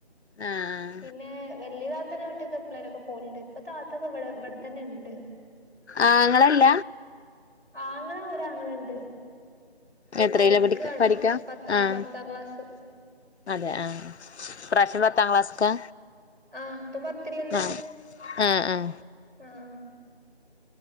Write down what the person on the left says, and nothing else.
ആഹ് ആ
ആങ്ങളല്ല
എത്രയിലാ
പഠിക്ക പഠിക്കാ
ആഹ്
അതെ ആഹ് പ്രാവശ്യം പത്താം ക്ലാസ്ക്കാ
ആഹ് ആഹ് ആഹ്